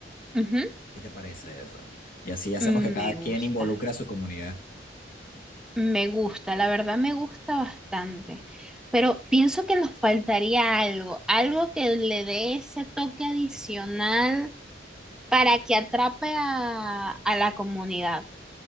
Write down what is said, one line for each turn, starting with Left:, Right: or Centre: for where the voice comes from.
Centre: Ujú.
Left: ¿Qué te parece eso? Y así hacemos
Centre: Mm,
Left: que cada
Centre: Me
Left: quien
Centre: gusta,
Left: involucre a su comunidad.
Centre: me gusta, la verdad me gusta bastante. Pero pienso que nos faltaría algo, algo que le dé ese toque adicional para que atrape a, a la comunidad.